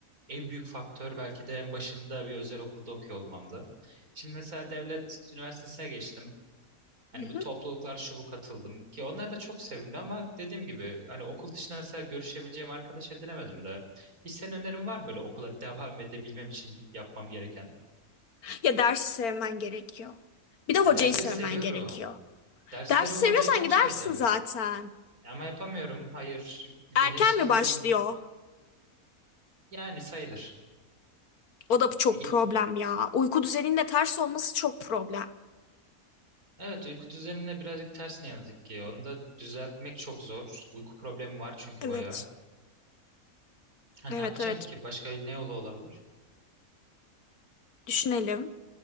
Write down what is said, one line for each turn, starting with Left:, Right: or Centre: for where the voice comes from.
Right: en büyük faktör belki de en başında bir özel okulda okuyor olmamdı. Şimdi mesela devlet üniversitesine geçtim. Hani
Left: Hı
Right: bu
Left: hı.
Right: topluluklar şu bu katıldım ki onlar da çok sevimli ama dediğim gibi hani okul dışında mesela görüşebileceğim arkadaş edinemedim de. Hiç senin önerin var mı böyle okula devam edebilmem için yapmam gereken?
Left: Ya dersi sevmen gerekiyor. Bir de hocayı
Right: Ya dersleri
Left: sevmen
Right: seviyorum.
Left: gerekiyor.
Right: Dersleri
Left: Dersi
Right: ve
Left: seviyorsan
Right: hocayı çok
Left: gidersin
Right: sevdim.
Left: zaten.
Right: Ama yapamıyorum. Hayır, bunu
Left: Erken
Right: yaşayan
Left: mi başlıyor?
Right: <laughs> benim. Yani sayılır.
Left: O da çok
Right: Ge-
Left: problem ya. Uyku düzeninin de ters olması çok problem.
Right: Evet, uyku düzenimle birazcık ters ne yazık ki. Onu da düzeltmek çok zor. Uyku problemi var çünkü
Left: Evet.
Right: bayağı. Ha, ne
Left: Evet
Right: yapacağım
Left: evet.
Right: ki? Başka ne yolu olabilir?
Left: Düşünelim.